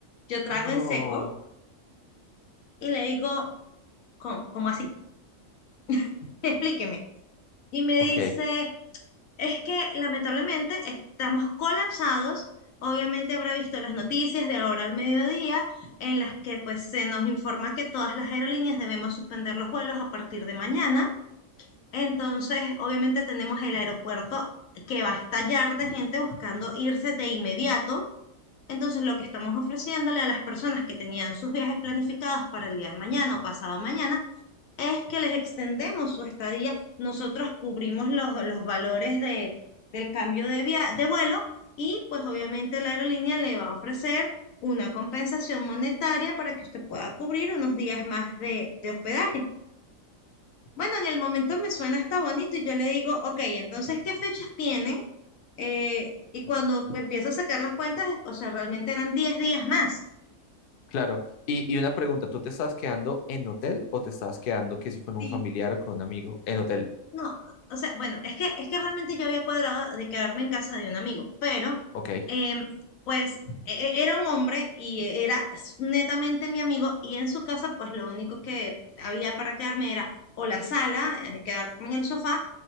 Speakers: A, on the left; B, on the left.
A: Yo trago
B: No.
A: en seco y le digo, ¿cómo, cómo así? <laughs> Explíqueme. Y me
B: Ok.
A: dice, es que lamentablemente estamos colapsados. Obviamente habrá visto las noticias de ahora al mediodía en las que pues se nos informa que todas las aerolíneas debemos suspender los vuelos a partir de mañana. Entonces, obviamente tenemos el aeropuerto que va a estallar de gente buscando irse de inmediato Entonces, lo que estamos ofreciéndole a las personas que tenían sus viajes planificados para el día de mañana o pasado mañana es que les extendemos su estadía. Nosotros cubrimos los, los valores de, del cambio de, via de vuelo y pues obviamente la aerolínea le va a ofrecer una compensación monetaria para que usted pueda cubrir unos días más de, de hospedaje. Bueno, en el momento me suena hasta bonito y yo le digo, ok, entonces, ¿qué fechas tienen? Eh, y cuando empiezo a sacar las cuentas, o sea, realmente eran 10 días más.
B: Claro. Y, y una pregunta, ¿tú te estabas quedando en hotel o te estabas quedando que sí con un
A: Sí,
B: familiar o con un amigo? En hotel.
A: no, o sea, bueno, es que, es que realmente yo había cuadrado de quedarme en casa de un amigo, pero
B: Ok,
A: em, pues e- e- era un hombre y era netamente mi amigo y en su casa pues lo único que había para quedarme era o la sala, eh, quedarme en el sofá